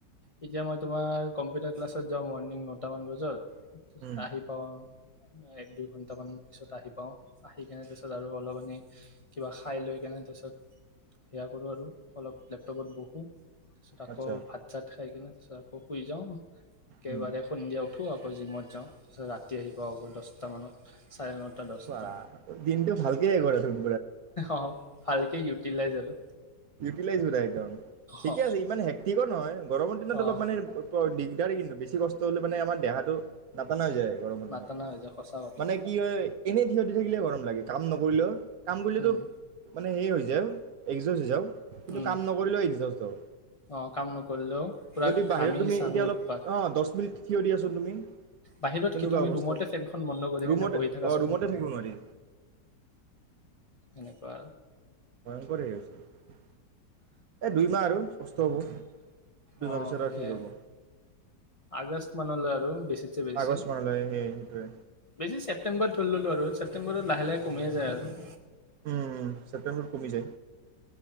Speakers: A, on the left; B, on the right.
A: এতিয়া মই তোমাৰ কম্পিউটাৰ ক্লাছত যাওঁ মৰ্ণিং নটামান বজাত।
B: উম
A: আহি পাওঁ আৰু এক দুই ঘণ্টা কেইটামান পিছত আহি পাওঁ। আহি কিনে তাৰপিছত আৰু অলপ মানি কিবা খাই লৈ কেনে তাৰপিছত সেয়া কৰোঁ আৰু অলপ। লেপটপত বহু। তাৰপিছত আকৌ
B: আচ্ছা
A: ভাত চাত খাই কিনে। আচ্ছা শুই যাওঁ। একেইবাৰে
B: উম
A: সন্ধিয়া উঠো। আকৌ জিমত যাওঁ তাৰপিছত ৰাতি আহি পাওঁ আকৌ দহটা মানত চাৰে নটা দহটা
B: বা দিনটোও ভাল কি <unintelligible>
A: অ ভালকে ইউটিলাইজ আৰু
B: ইউটিলাইজ মানে একদম ঠিকে
A: অ
B: আছে ইমান কি ক নহয় গৰমৰ দিনত
A: অ
B: অলপ মানে ডি ইতিয়াৰে বেছি কষ্ট হ'লে মানে আমাৰ দেহাটো নাটানা হৈ যায় গৰমৰ
A: নাটানা
B: দিনত
A: হৈ যায় সঁচা কথা
B: মানে কি হয় থিয়দি থাকিলে গৰম লাগে কাম নকৰিলেও কাম কৰিলেতো
A: উম
B: মানে হে হৈ যায় আৰু একজৰ্জ হৈ যায় কিন্তু
A: উম
B: কাম নকৰিলেও আকজস্ত হও,
A: অ কাম নকৰিলেও পুৰা
B: যদি বাহিৰত
A: ঘামি
B: তুমি
A: চামি
B: এতিয়া অলপ
A: উৎপাত
B: অ দহ মিনিট থিয় দিয়া আছো তুমি?
A: বাহিৰত
B: তেনেকুৱা
A: কি তুমি
B: অৱস্থা
A: ৰুমতে ফেনখন বন্ধ কৰি
B: ৰুমতে
A: কেনে বহি থাকা
B: অঁ
A: ছোন
B: ৰুমতে থাকিব নোৱাৰি
A: তেনেকুৱা
B: ভয়ংকৰে হৈ আছে। এই দুইমাহ আৰু কষ্ট হ'ব, দুইমাহ
A: অ
B: পিছত
A: সেয়ে
B: আৰু ঠিক হ'ব।
A: আগষ্ট মানলৈ আৰু বেছিতছে বেছি,
B: আগষ্ট মানলৈ সেই সেইটোৱে
A: বেছি ছেপ্টেম্বৰত ধৰি ললো আৰু ছেপ্টেম্বৰত লাহে-লাহে কমেই যায় আৰু।
B: উম উম ছেপ্টেম্বৰত কমি যায়।